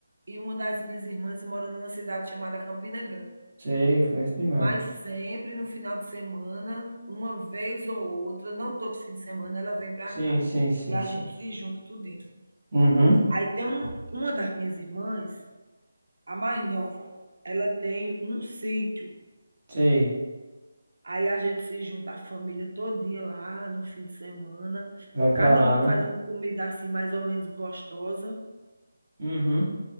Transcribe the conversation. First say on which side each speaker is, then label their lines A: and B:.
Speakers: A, on the right (about 70°); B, on the right (about 35°).
A: E uma das minhas irmãs mora numa cidade chamada Campina Grande.
B: Sei, conheço demais.
A: Mas sempre no final de semana, uma vez ou outra, não todo fim de semana, ela vem para
B: Sim,
A: cá.
B: sim, sim,
A: E a
B: sim.
A: gente se junta tudinho.
B: Uhum.
A: Aí tem um, uma das minhas irmãs, a mais nova, ela tem um sítio.
B: Sei.
A: Aí a gente se junta a família todinha lá no fim de semana.
B: Vai pra
A: Cada
B: lá,
A: uma
B: né?
A: faz uma comida assim mais ou menos gostosa.
B: Uhum.